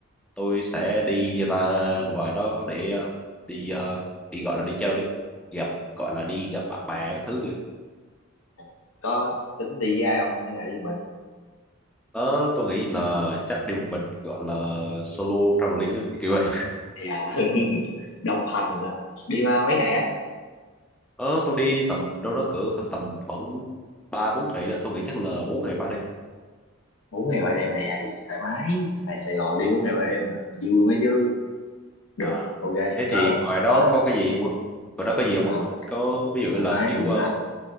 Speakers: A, in the centre; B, on the left.
A: tôi sẽ đi ra ngoài đó để ờ, đi ờ, đi gọi là đi chơi ấy. gặp gọi là đi gặp bạn bè các thứ kìa
B: À, Có tính đi với ai không? Hay là đi mình?
A: ờ, tôi nghĩ là chắc đi một mình gọi là solo traveling ấy, kiểu vậy
B: Dạ, <laughs> độc hành à. đi mà mấy ngày á?
A: ờ, tôi đi tầm đâu đó cỡ tầm khoảng ba bốn ngày đó tôi nghĩ chắc là bốn ngày ba đêm
B: Bốn ngày ba đêm, ai ai gì thoải mái. Tại Sài Gòn đi bốn ngày ba đêm là vui luôn á chứ. Được,
A: à
B: ok.
A: thế
B: Ờ,
A: thì ngoài đó
B: có
A: có cái gì không ạ? ngoài đó có gì không
B: ờ,
A: ạ? có ví dụ là
B: thoải mái
A: kiểu
B: nhiều
A: ờ,
B: lắm.